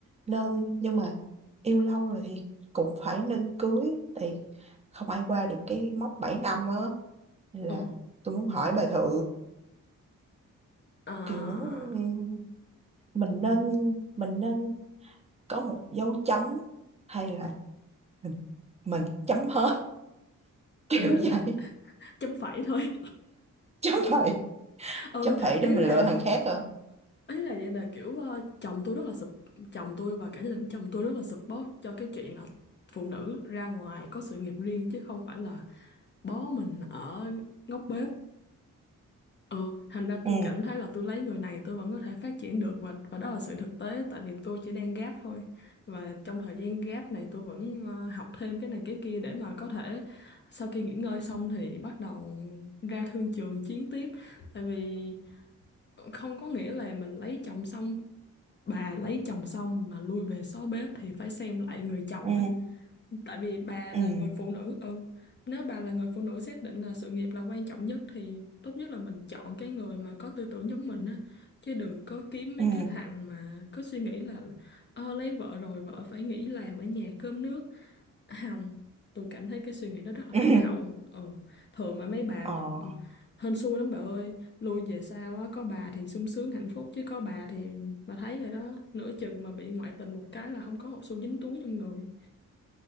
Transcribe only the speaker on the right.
nên nhưng mà yêu lâu rồi thì cũng phải nên cưới thì không ai qua được cái mốc 7 năm á Nên là
tôi muốn hỏi bà thử
kiểu ừm, mình nên mình nên có một dấu chấm hay là mình, mình chấm hết <laughs> kiểu
vậy
chấm phẩy
chấm phẩy để
mình
lựa thằng khác hả
ừ
ừ
ừ
ừ
ừ
ờ